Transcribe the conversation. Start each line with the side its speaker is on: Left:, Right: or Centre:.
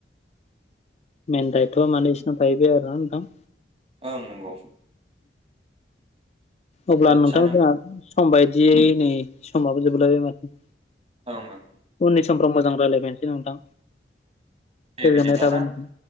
Left: मेन दायथ' माने इसोरना थाहैबाय आरो ना नोंथां।
Right: ओं नोंगौ
Left: अब्ला
Right: आदसा
Left: नोंथांमोनहा
Right: नों
Left: सम बायदियै नै सममाबो जोबलाय माथो
Right: ओं ओं ओं
Left: उननि समफ्राव मोजां रायलायबायनोसै नोंथां
Right: दे
Left: गोजोननाय
Right: बिदिब्ला
Left: थाबाय
Right: ना
Left: नोंथां